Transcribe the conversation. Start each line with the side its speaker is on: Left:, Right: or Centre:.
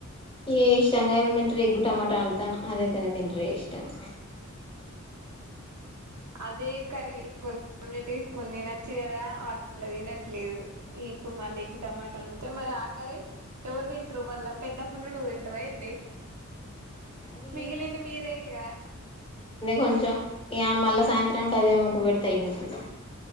Left: ఏ ఇష్టంగ ఏం తింటరు ఎగ్ టమాట వండుతాన్న అదయితనే తింటరు ఇష్టంగ.
Right: అదే కర్రీ ఏస్కొన్ ఆమ్లెట్ ఏస్కొన్ తినొచ్చు గదా వాల్ అట్ల తినట్లేదు ఈ ఇప్పుడ్ మళ్ళ ఎగ్ టమాట వండుతే మరి ఆ కర్రీ ఎవర్ తింన్ట్రూ మళ్ళ పెద్దమ్మ ఉన్ నువ్ తింటవ ఏంది.
Left: అది
Right: మిగిలింది మీరే ఇగ
Left: కొంచం ఇగ మళ్ళ సాయంత్రంకదే పెడ్తే అయిపొతది.